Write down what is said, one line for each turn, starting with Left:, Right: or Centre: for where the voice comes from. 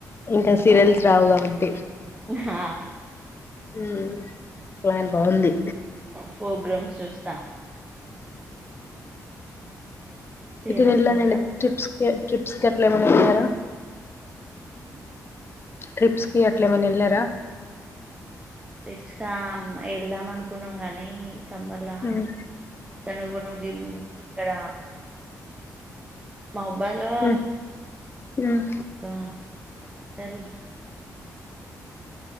Left: ఇంకా సీరియల్స్ రావు కాబట్టి
Right: ఆహ
Left: ఉమ్ ప్లాన్ బాగుంది
Right: ఫోగ్రామ్స్ చూస్తా సీరియల్
Left: ఇది వెళ్లనండి
Right: చూస్తా
Left: టిప్స్ ఏ ట్రిప్స్ కి అట్ల ఏమన్నా వెళ్ళారా
Right: అ <unintelligible>
Left: ట్రిప్స్ కి అట్ల ఏమన్నా వెళ్ళారా
Right: ట్రిప్స్ క ఆ వెళ్దాం అనుకున్నాం గానీ సమ్మర్లా
Left: మ్మ్.
Right: తన గుడు ప్రోగీమ్ ఎక్కడ మొబైల్లో
Left: మ్మ్. మ్మ్.
Right: బ ఏమ <unintelligible> తెరుజు